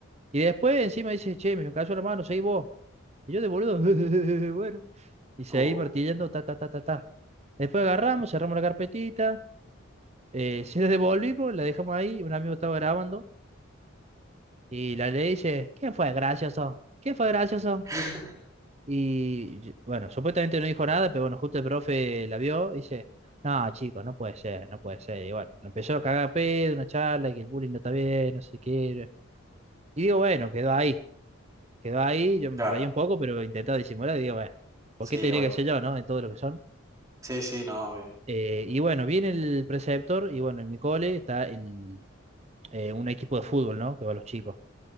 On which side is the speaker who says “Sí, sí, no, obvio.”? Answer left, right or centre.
Right